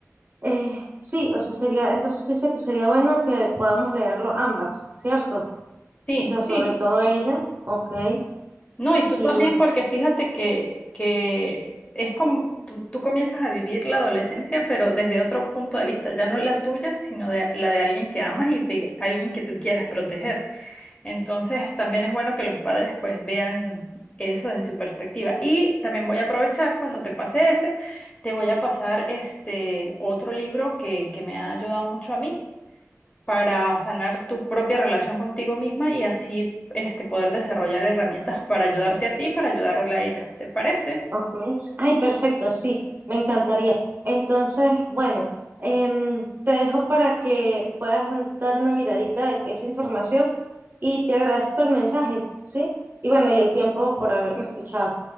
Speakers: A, on the right (about 40°); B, on the left (about 25°).
A: Eh, sí, o sea, sería, entonces tú dices que sería bueno que podamos leerlo ambas, ¿cierto?
B: Sí,
A: O sea, sobre
B: sí,
A: todo ella, ok,
B: No, y
A: sí,
B: tú también, porque fíjate que, que es como tú, tú comienzas a vivir la adolescencia, pero desde otro punto de vista, ya no la tuya, sino de, la de alguien que amas y de alguien que tú quieres proteger. Entonces, también es bueno que los padres pues vean eso desde su perspectiva. Y también voy a aprovechar cuando te pase ese, te voy a pasar este otro libro que, que me ha ayudado mucho a mí para sanar tu propia relación contigo misma y así este, poder desarrollar herramientas para ayudarte a ti, para ayudarle a ella. ¿Te parece?
A: ok. Ay, perfecto, sí, me encantaría. Entonces, bueno, em, te dejo para que puedas dar una miradita de esa información y te agradezco el mensaje, ¿sí? Y bueno, y el tiempo por haberme escuchado.